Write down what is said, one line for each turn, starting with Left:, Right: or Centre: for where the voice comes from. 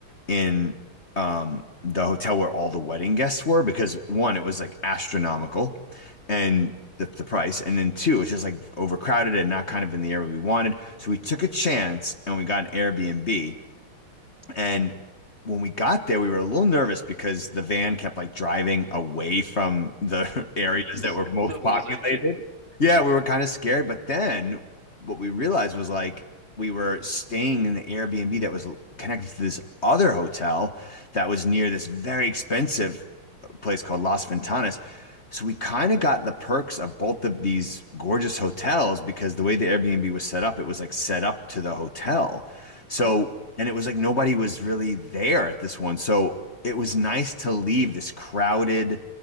Left: in um the hotel where all the wedding guests were because one, it was like astronomical, and
Right: Mhm.
Left: the, the price, and then two, it's just like overcrowded and not kind of in the area we wanted. So we took a chance and we got an Airbnb and when we got there, we were a little nervous because the van kept like driving away from the <laughs> areas
Right: It's
Left: that were most
Right: <laughs> civilization.
Left: populated. Yeah, we were kind of scared. But then what we realized was like we were staying in the Airbnb that was l- connected to this other hotel that was near this very expensive place called Las Ventanas. So we kind of got the perks of both of these gorgeous hotels because the way the Airbnb was set up, it was like set up to the hotel. So
Right: Oh
Left: and it was like nobody was really there at this one. So it was nice to leave this crowded,